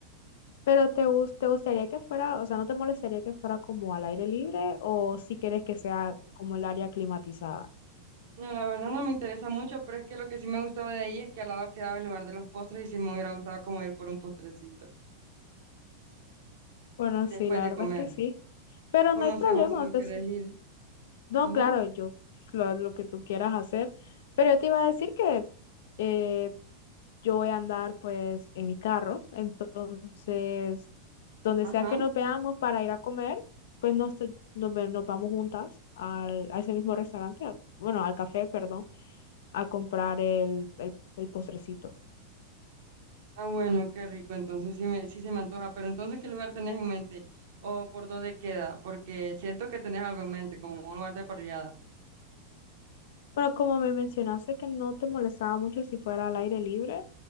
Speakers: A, on the left (about 55°); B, on the right (about 55°).
A: Pero te, gus- te gustaría que fuera, o sea, ¿no te molestaría que fuera como al aire libre o si quieres que sea como el área climatizada?
B: No, la verdad no me interesa mucho, pero es que lo que sí me gustaba de ahí es que al lado quedaba el lugar de los postres y sí me hubiera gustado como ir por un postrecito
A: Bueno,
B: después
A: sí, la
B: de
A: verdad
B: comer.
A: es que sí. Pero
B: O
A: no
B: no
A: hay problema,
B: sé vos si no
A: o sea,
B: querés
A: si
B: ir.
A: No,
B: Ajá,
A: claro, yo lo, lo que tú quieras hacer, pero yo te iba a decir que eh, yo voy a andar pues en mi carro, entonces donde
B: ajá.
A: sea que nos veamos para ir a comer, pues nos, te- nos, ve- nos vamos juntas al, a ese mismo restaurante, a- bueno, al café, perdón, a comprar el, el, el postrecito.
B: Ah, bueno, qué rico. Entonces sí me, sí se me antoja. Pero entonces, ¿qué lugar tenés en mente? ¿O por dónde queda? Porque siento que tenés algo en mente, como un lugar de parrilladas.
A: Bueno, como me mencionaste que no te molestaba mucho si fuera al aire libre,